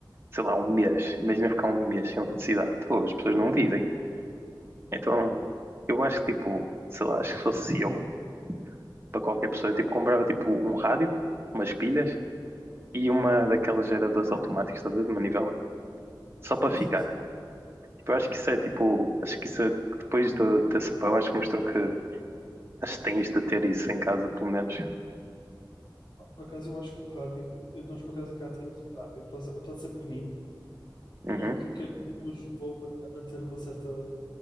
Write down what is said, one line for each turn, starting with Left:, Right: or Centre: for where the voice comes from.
Right: sei lá, um mês. Imagina ficar um mês sem eletricidade. Pô, as pessoas não vivem. Então, eu acho que, tipo, sei lá, acho que fosse eu, para qualquer pessoa, eu, tipo, comprava, tipo, um rádio, umas pilhas e uma daquelas geradoras automáticas, estás a ver, de manivela, só
Left: sim,
Right: para ficar.
Left: sim, sim.
Right: Tipo, eu acho que isso é, tipo, acho que isso é, depois de- dessa, pá, eu acho que mostrou que acho que tens de ter isso em casa, pelo menos.
Left: Por acaso eu acho que o rádio, eu- nós por acaso cá tínhamos um rádio, apesar apesar de ser pequenino.
Right: Uhum,
Left: e que creio que o ajudou a manter uma certa